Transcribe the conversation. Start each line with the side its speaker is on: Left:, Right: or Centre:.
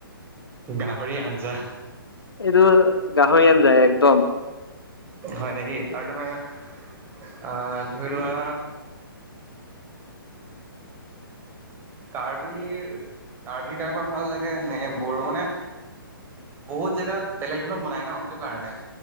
Right: গাহৰি আঞ্জা।
Left: এইটো গাহৰি আন যায় একদম।
Right: হয় নেকি আৰু তোমাৰ আঁহ ধৰি লোৱা কাৰ্বি কাৰ্বি টাইপৰ ভাল লাগে নে বড়ো মানে বহুত জেগাত বেলেগ ধৰণৰ বনাই ন' সেইটো কাৰণে।